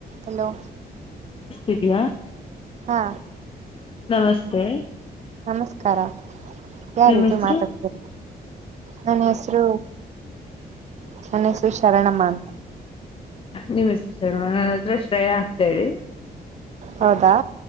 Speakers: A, on the right; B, on the left.
A: Hello
B: ಿದ್ಯಾ
A: ಹಾ
B: ನಮಸ್ತೆ
A: ನಮಸ್ಕಾರ ಯಾರೀತಿ
B: ನಿಮ್ ಹೆಸರು
A: ಮಾತಾಡ್ತಾರೆ ನನ್ನ ಹೆಸರು ನನ್ನ ಹೆಸರು ಶರಣಮ್ಮ ಅಂತ
B: ನಿಮ್ಮ ಹೆಸ ಶರ್ಮ ನನ್ನ ಹತ್ರ ಶ್ರೇಯ ಆಗ್ತೇಿ
A: ಹೌದಾ